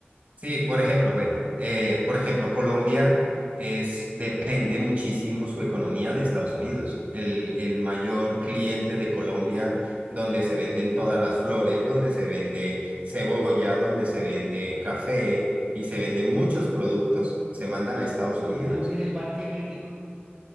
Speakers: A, on the right; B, on the right.
A: sí, por ejemplo, bueno, eh, por ejemplo, Colombia es, depende muchísimo su economía de Estados Unidos. El, el mayor cliente de Colombia, donde se venden todas las flores, donde se vende cebolla, donde se vende café y se venden muchos productos, se mandan a Estados Unidos.
B: Ah, mira, igual que México.